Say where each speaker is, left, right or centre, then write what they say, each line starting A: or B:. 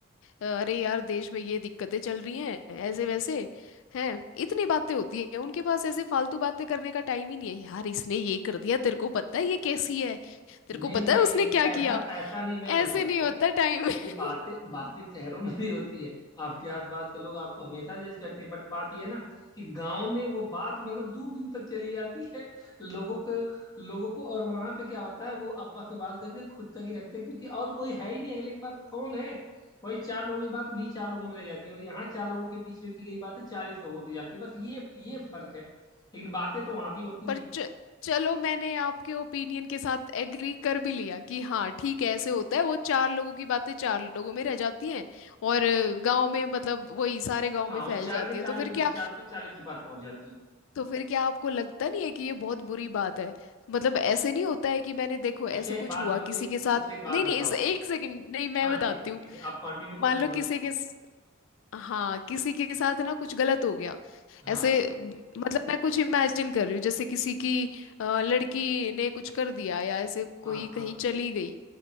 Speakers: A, on the left; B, on the left.
A: अरे यार देश में ये दिक्कतें चल रही हैं ऐसे वैसे हैं इतनी बातें होती है उनके पास ऐसे फालतू बातें करने का टाइम ही नहीं है यार इसने ये कर दिया तेरे को पता है ये कैसी है तेरे
B: नहीं
A: को पता
B: नहीं
A: है उसने
B: नहीं नहीं
A: क्या
B: ऐसा
A: किया
B: ऐसा नहीं मैं बता
A: ऐसे
B: रहा
A: नहीं
B: हूँ
A: होता टाइम <laughs>
B: ये बातें बातें शहरों में भी होती है आपके आसपास के लोग आपको हमेशा जज करते हैं बट बात ये है ना कि गांव में वो बात मतलब दूर दूर तक चली जाती है लोगों को लोगों को और वहां पे क्या होता है वो आपस में बात करके खुद तक ही रखते हैं क्योंकि और कोई है ही नहीं अगले के पास कौन है वही चार लोगों की बात उन्हीं चार लोगों में रह जाती है और यहाँ चार लोगों के बीच में की गई बातें चालीस लोगों तक जाती है बस ये ये फर्क है लेकिन बातें तो वहां भी होती
A: पर
B: हैं
A: च, चलो मैंने आपके ओपिनियन के साथ एग्री कर भी लिया कि हाँ ठीक है ऐसे होता है वो चार लोगों की बातें चार लोगों में रह जाती हैं और गांव में मतलब वही सारे गांव
B: हाँ
A: में फैल
B: वो चार
A: जाती
B: के चालीस
A: हैं तो फिर क्या
B: चार के चालीस के बाद पहुंच जाती हैं
A: तो फिर क्या आपको लगता नहीं है कि ये बहुत बुरी बात है मतलब ऐसे नहीं होता है कि मैंने देखो ऐसा
B: अच्छा एक
A: कुछ
B: बात
A: हुआ
B: ब-
A: किसी
B: एक
A: के साथ
B: अच्छा एक बात
A: नहीं
B: बताओ
A: नहीं इस एक
B: आप
A: सेकंड नहीं मैं
B: हाँ
A: बताती
B: ठीक है ठीक
A: हूँ
B: है आप कंटिन्यू कर
A: मान
B: लो
A: लो
B: फिर मैं
A: किसी
B: बताता
A: के स- हाँ किसी के साथ ना कुछ गलत हो गया
B: हूँ
A: ऐसे
B: हाँ
A: म, मतलब मैं कुछ इमेजिन कर रही हूँ जैसे किसी की अ, लड़की ने कुछ कर दिया या ऐसे कोई
B: हाँ हाँ
A: कहीं चली गई